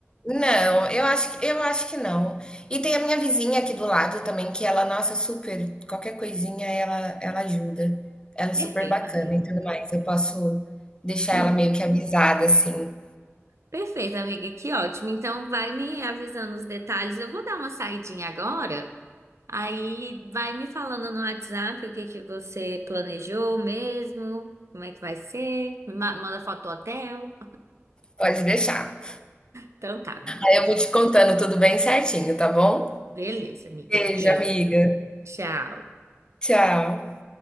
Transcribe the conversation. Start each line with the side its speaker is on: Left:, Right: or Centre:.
Left: Não, eu acho que, eu acho que não. E tem a minha vizinha aqui do lado também, que ela, nossa, super, qualquer coisinha ela, ela ajuda. Ela é
Right: Perfeito,
Left: super bacana
Right: amiga.
Left: e tudo
Right: <clears throat>
Left: mais. Eu posso deixar
Right: Hum.
Left: ela meio que avisada, assim.
Right: Perfeito, amiga, que ótimo. Então vai me avisando os detalhes. Eu vou dar uma saidinha agora. Aí vai me falando no WhatsApp o que que você planejou mesmo, como é que vai ser. Me ma- manda foto do hotel.
Left: Pode deixar.
Right: Então tá, amiga.
Left: Aí eu vou te contando tudo bem certinho, tá bom?
Right: Beleza, amiga.
Left: Beijo,
Right: Beijo.
Left: amiga.
Right: Tchau.
Left: Tchau.